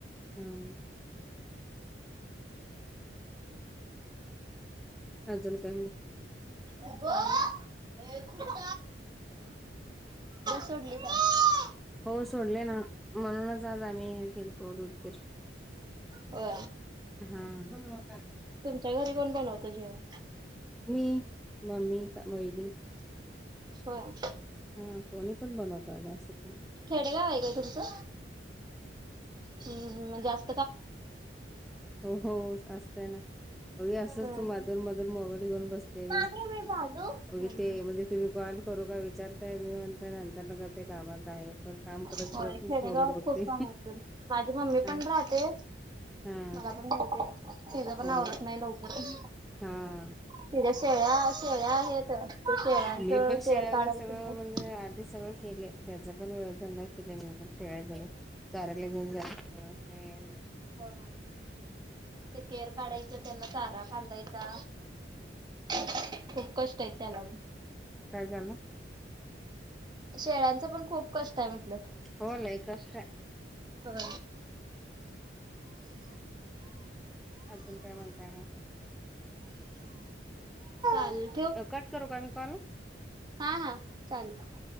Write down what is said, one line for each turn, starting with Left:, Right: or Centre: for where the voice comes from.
Centre: हम अजून काय
Right: हे खुट सोडली का <inaudible>
Centre: हो सोडले ना म्हणूनच आज आम्ही हे केलतो उदगीर
Right: हो
Centre: हा
Right: तुमच्या घरी कोण बनवत जेवण
Centre: मी मम्मी वहिनी
Right: होय
Centre: हा कोणी पण बनवतो आम्ही असं काय नाही.
Right: खेडेगाव आहे काय तुमचं? हम्म म्हणनुच
Centre: हो हो असतय ना. बघुया असंच
Right: हम्म.
Centre: माधर मधुन मोबाईल घेऊन बसते
Right: मामी मी भाजू?
Centre: मी
Right: हम्म
Centre: ते म्हणजे तुम्ही कॉल करू का विचारताय मी म्हणत नंतर नगर ते कामात आहे. पण काम करत
Right: होय
Centre: करतच
Right: खेडेगावात
Centre: मोबाईल बघते
Right: खूप काम असत माझी मम्मी
Centre: हा
Right: पण राहते.
Centre: हा
Right: मला पण माहिती, तिचा पण
Centre: होय
Right: आवरत नाही लवकर पण,
Centre: हा
Right: तिच्या शेळ्या, शेळ्या आहेत ते शेळ्यांचं
Centre: मी पण शेळ्या
Right: केर काढाय
Centre: वगैरे सगळं
Right: लागतंय नी.
Centre: म्हणजे आधी सगळं केले त्याचा पण वधंदा केले नाही पण छळ्या जाऊ चचाऱ्याला घेऊन जा <inaudible> हम्म हम्म
Right: हो ते केर काढायचं त्यांना चारा बांधायचा. खूप कष्ट आहेत त्याला,
Centre: काय झाला.
Right: शेळ्यांचं पण खूप कष्ट आहे म्हटलं.
Centre: होय लय कष्ट हाय.
Right: होय.
Centre: अजून काय म्हणताय मग.
Right: हल <unintelligible>
Centre: अनं कट करू का मी काॅल.
Right: हा हा चालेल.